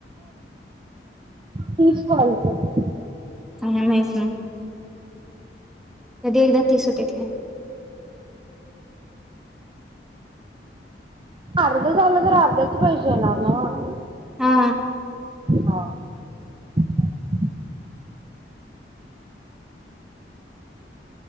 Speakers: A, on the right; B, in the centre.
A: तीस कॉल झाले.
B: आम्हाला माहीत नाही कधी एकदा तीस होत्यात ते.
A: अर्ध झाल तर अर्ध्याच पैसे येणार नव.
B: हा
A: हा <unintelligible>